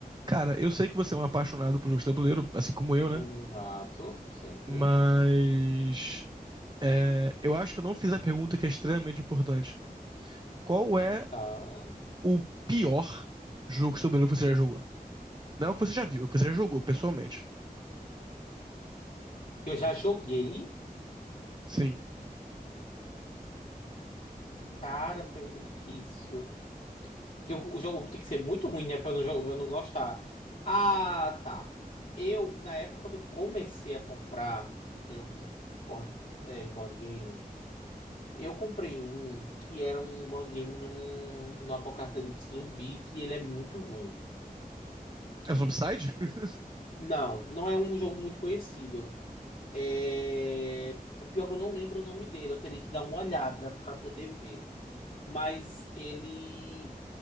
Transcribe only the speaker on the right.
Cara, eu sei que você é um apaixonado por jogos de tabuleiro, assim como eu,
né?
Mas é, eu acho que eu não fiz a pergunta que é extremamente importante. Qual é
o pior jogo de tabuleiro que você já jogou? Não é o que você já viu, é o que você já jogou, pessoalmente.
Sim.
É Zombicide? <laughs>